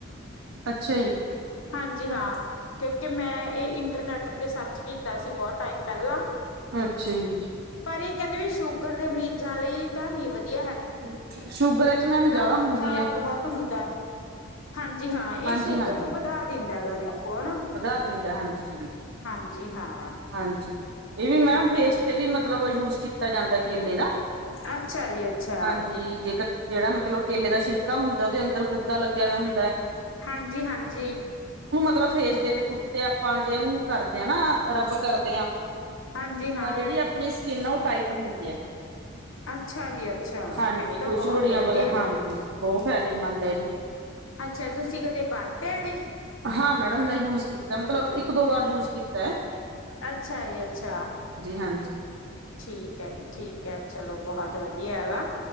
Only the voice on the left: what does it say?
ਹਾਂਜੀ- ਹਾਂ। ਕਿਉਂਕਿ 'ਮੈਂ'ਇਹ ਇੰਟਰਨੈਟ ਤੇ ਸਰਚ ਕੀਤਾ ਸੀ, ਬਹੁਤ ਟਾਈਮ ਪਹਿਲਾਂ
ਪਰ ਇਹ ਕਹਿੰਦੇ ਵੀ ਸ਼ੂਗਰ ਦੇ ਮਰੀਜ਼ਾਂ ਲਈ ਤਾਂ ਨੀ ਵਧੀਆ ਹੈ।
ਹਾਂ ਮਿੱਠਾ
ਬਹੁਤ ਹੁੰਦਾ ਹਾਂਜੀ ਹਾਂ ਇਹ
ਸ਼ੁਗਰ
ਨੂੰ ਵਧਾ ਦਿੰਦਾ ਹੈਗਾ। ਦੇਖੋ ਹਨਾ
ਹਾਂਜੀ ਹਾਂ
ਅੱਛਾ ਜੀ ਅੱਛਾ।
ਹਾਂਜੀ-ਹਾਂਜੀ।
ਹਾਂਜੀ ਹਾਂ
ਅੱਛਾ ਜੀ ਅੱਛਾ
ਫਿਰ ਤਾਂ
ਬਹੁਤ
ਵਧੀਆ
ਅੱਛਾ ਤੁਸੀਂ ਕਦੇ ਬਰਤੇ ਐ ਜੀ।
ਅੱਛਾ ਜੀ ਅੱਛਾ।
ਠੀਕ ਹੈ ਜੀ ਠੀਕ ਹੈ ਚਲੋ ਬਹੁਤ ਵਧੀਆ ਹੈਗਾ।